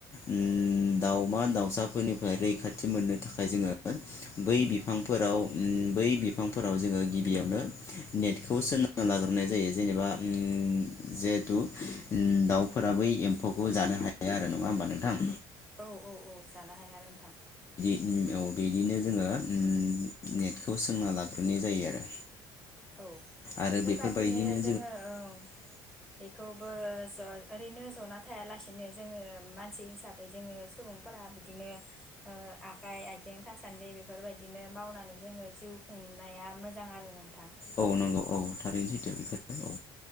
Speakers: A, on the left (about 30°); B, in the centre.
A: उम दाउमा, दाउसाफोरनिफ्राय रैखाथि मोननो थाखाय जोङो बै बिफांफोराव उम बै बिफांफोराव जोङो गिबियावनो नेटखौ सोंना लाग्रोनाय जायो जेनेबा उम जिहेथु उम दाउफोरा बै एम्फौखौ जानो हाया आरो नङा होमबा नोंथां?
B: औ औ औ जानो हाया आरो नोंथां।
A: उम औ बिदिनो जोङो उम नेटखौ सोंना लाग्रोनाय जायो आरो
B: औ
A: आरो
B: बेफोरबादिनो
A: बेफोरबायदिनो
B: जोङो ओ बे थोवबो ज' ओरैनो जना थायालासिनो जोङो मानसि हिसाबै जोङो सुबुंफोरा बिदिनो ओ आखाइ, आथिं थासान्दि बेफोरबायदिनो मावनानै जोङो जिउ खुंनाया मोजां आरो नोंथां।
A: औ नंगौ औ थारैनो सैथो बेफोरो औ।